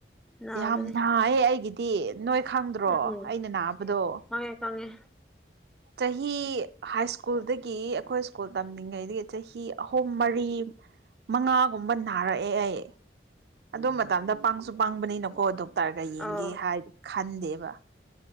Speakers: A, in the centre; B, on the right (about 65°).
A: ꯅꯥꯕꯅꯦ
B: ꯌꯥꯝ ꯅꯥꯌꯦ ꯑꯩꯒꯤꯗꯤ ꯅꯣꯏ ꯈꯪꯗ꯭ꯔꯣ
A: ꯎꯝ
B: ꯑꯩꯅ ꯅꯥꯕꯗꯣ
A: ꯈꯪꯉꯦ ꯈꯪꯉꯦ
B: ꯆꯍꯤ ꯆꯍꯤ ꯍꯥꯏ ꯁꯀꯨꯜ ꯁ꯭ꯀꯨꯜꯗꯒꯤ ꯑꯩꯈꯣꯏ ꯁ꯭ꯀꯨꯜ ꯇꯝꯂꯤꯉꯩꯗꯒꯤ ꯆꯍꯤ ꯑꯍꯨꯝ ꯃꯔꯤ ꯃꯉꯥꯒꯨꯝꯕ ꯅꯥꯔꯛꯑꯦ ꯑꯩ ꯑꯗꯨ ꯃꯇꯝꯗ ꯄꯥꯡꯁꯨ ꯄꯥꯡꯕꯅꯤꯅꯀꯣ ꯗꯣꯛꯇꯔꯒ ꯌꯦꯡꯒꯦ
A: ꯑꯧ
B: ꯍꯥꯏ ꯈꯟꯗꯦꯕ